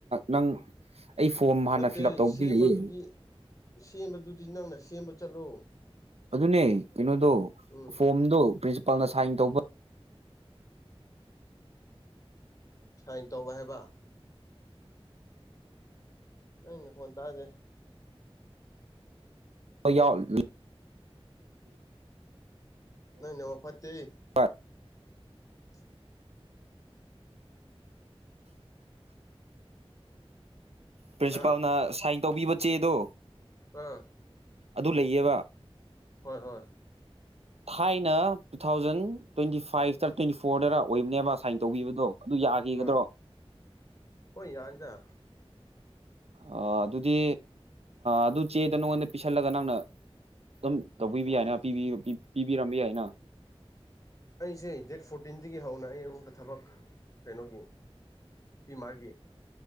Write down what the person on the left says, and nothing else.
ꯅꯠꯇꯦ
ꯁꯦꯝꯕꯗꯨꯗꯤ
ꯁꯦꯝꯕꯗꯨꯗꯤ ꯅꯪꯅ ꯁꯦꯝꯕ ꯆꯠꯂꯣ
ꯎꯝ
ꯁꯥꯏꯟ ꯇꯧꯕ ꯍꯥꯏꯕ ꯅꯪ ꯐꯣꯠꯇꯗꯦ
ꯅꯅꯦ ꯋꯥ ꯐꯠꯇꯦ
<unintelligible>
ꯍꯥ
ꯑꯥ
ꯍꯣꯏ ꯍꯣꯏ
ꯑ ꯍꯣꯏ ꯌꯥꯅꯤꯗ
ꯑꯩꯁꯦ ꯗꯦꯠ ꯐꯣꯔꯇꯤꯟꯗꯒꯤ ꯍꯧꯅ ꯑꯩ ꯑꯉꯣꯟꯕ ꯊꯕꯛ ꯀꯩꯅꯣꯒꯤ ꯄꯤ ꯃꯥꯒꯤ